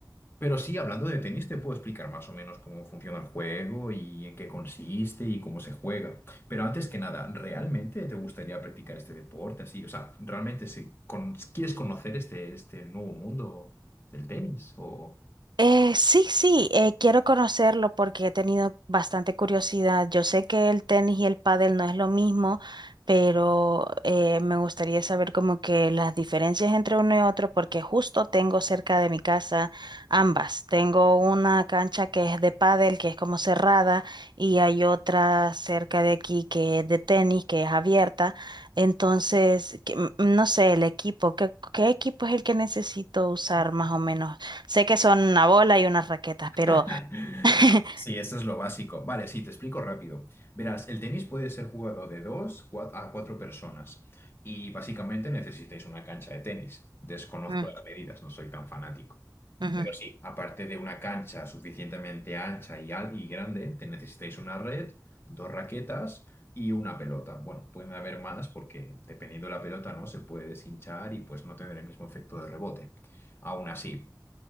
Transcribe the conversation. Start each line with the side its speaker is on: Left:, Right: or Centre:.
Left: Pero sí, hablando de tenis, te puedo explicar más o menos cómo funciona el juego y en qué consiste y cómo se juega. Pero antes que nada, ¿realmente te gustaría practicar este deporte así? O sea, ¿realmente si con- quieres conocer este, este nuevo mundo del tenis o...?
Right: Eh, sí, sí, eh, quiero conocerlo porque he tenido bastante curiosidad. Yo sé que el tenis y el pádel no es lo mismo, pero eh, me gustaría saber como que las diferencias entre uno y otro porque justo tengo cerca de mi casa ambas. Tengo una cancha que es de pádel, que es como cerrada, y hay otra cerca de aquí que es de tenis, que es abierta. Entonces, que- m- no sé, el equipo, ¿qué, qué equipo es el que necesito usar más o menos? Sé que son una bola y unas raquetas, pero...
Left: <laughs>
Right: <laughs>
Left: No, sí, eso es lo básico. Vale, sí, te explico rápido. Verás, el tenis puede ser jugado de dos cua- a cuatro personas y básicamente necesitáis una cancha de tenis. Desconozco
Right: Mm,
Left: las medidas, no soy tan fanático.
Right: ujú,
Left: Pero sí, aparte de una cancha suficientemente ancha y, al- y grande, te necesitáis una red, dos raquetas y una pelota. Bueno, pueden haber más porque dependiendo de la pelota, ¿no? Se puede deshinchar y pues no tener el mismo efecto de rebote. Aún así.